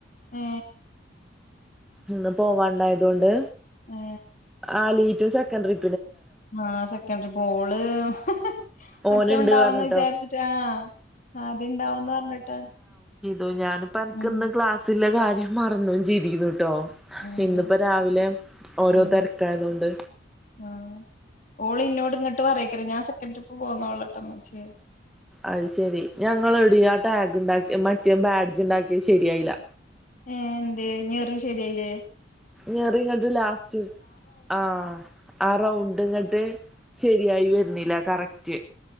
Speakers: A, on the left; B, in the centre.
A: ഏ
B: ഇന്ന് പോവാണ്ടായതോണ്ട്
A: ഏ
B: ആലി റ്റു സെക്കണ്ടറി
A: ആ സെക്കൻഡറി പ്പൊ ഓള് <unintelligible> മറ്റോ
B: ഓനുണ്ട്
A: ഒണ്ടാവന്ന്
B: പറഞ്ഞിട്ടോ
A: വിചാരിച്ചിട്ട് ആ ആദ്യണ്ടാവന്ന് പറഞ്ഞിട്ട്
B: അ ഞാനിപ്പ എനക്കന്ന്
A: ഉം
B: ക്ലാസ്സില്ല ഞാൻ മറന്നും ജ്തിക്കുന്നു കേട്ടോ
A: ഉം
B: ഇന്നിപ്പോ രാവിലെ ഓരോ
A: ഉം
B: തിരക്കായത് കൊണ്ട്
A: ഉം ഓള് ഇന്നോട് ഇങ്ങോട്ട് പറക്കരു ഞാൻ സെക്കൻഡ് ട്രിപ്പ് പോന്നതോള്ളട്ടമ്മ ച്ചി
B: അത് ശെരി ഞങ്ങള എടാ ടാഗ് ഉണ്ടാക്കി മറ്റേ ബാഡ്ജ് ഉണ്ടാക്കിയ ശരിയായില്ല
A: ഏ എന്ത് ഞറി ശരിയയില്ലേ
B: ഞറി ഇങ്ങോട്ട് ലാസ്റ്റ് ആ ആ റൗണ്ട് ഇങ്ങോട്ട് ശരിയായി വര എന്നന്നില കറക്റ്റ്